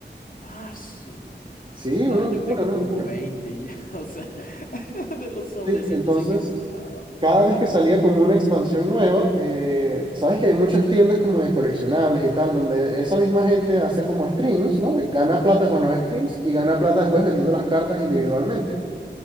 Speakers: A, on the left; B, on the right.
A: Ah, su.
B: Sí,
A: No,
B: una
A: yo
B: locura,
A: tengo
B: una
A: como
B: locura.
A: 20 ya, <laughs> o sea, <laughs> de los sobrecitos
B: Sí, entonces,
A: ahí que compraba.
B: cada vez que salía como una expansión nueva, eh, sabes que hay muchas tiendas como de coleccionables y tal, donde esa misma gente hace como streams, ¿no? Gana plata con
A: Ajá.
B: los streams y gana plata después vendiendo las cartas individualmente.